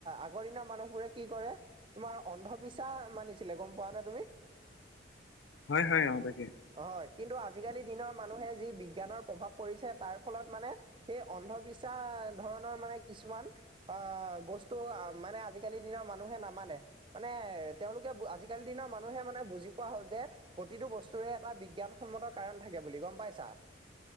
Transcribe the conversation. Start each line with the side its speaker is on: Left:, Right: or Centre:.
Right: আগৰ দিনৰ মানুহবোৰে কি কৰে তোমাৰ অন্ধবিশ্বাস মানিছিলে গম পোৱা নে তুমি
Left: হয় হয় অঁ তাকে
Right: হয় কিন্তু আজিকালি দিনৰ মানুহে যি বিজ্ঞানৰ প্ৰভাৱ পৰিছে তাৰ ফলত মানে সেই অন্ধবিশ্বাস ধৰণৰ মানে কিছুমান অ বস্তু মানে আজিকালি দিনৰ মানুহে নামানে মানে তেওঁলোকে আজিকালি দিনৰ মানুহে মানে বুজি পোৱা হল যে প্ৰতিটো বস্তুৰে এটা বিজ্ঞান সন্মত কাৰণ থাকে বুলি গোম পাইছা